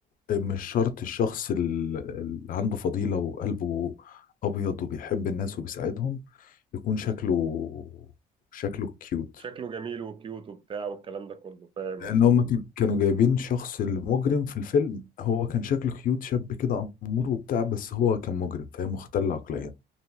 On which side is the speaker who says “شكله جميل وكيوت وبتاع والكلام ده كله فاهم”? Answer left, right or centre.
Right